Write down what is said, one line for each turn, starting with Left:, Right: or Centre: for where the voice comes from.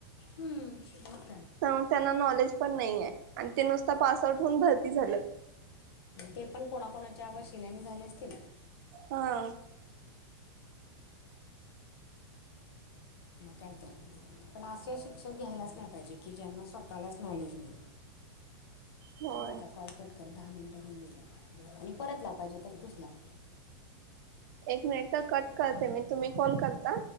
Left: हम्म, मग काय
Right: तर त्यांना नॉलेज पण नाही हाय. आणि ते नुसत पास आउट होऊन भरती झालं.
Left: ते पण कोणाकोणाच्या वशिल्यानी झाले असतील?
Right: हा.
Left: कायतर, पण असे शिक्षक घ्यायलाच नाही पाहिजे की, ज्यांना स्वतःलाच नॉलेज नाही.
Right: होय.
Left: थांब आता कॉल करतो. बर, दहा मिनिटं होऊन गेले आणि परत लाव पाहिजे तर, तूच लाव.
Right: एक मिनिट हा कट करते मी. तुम्ही कॉल करता?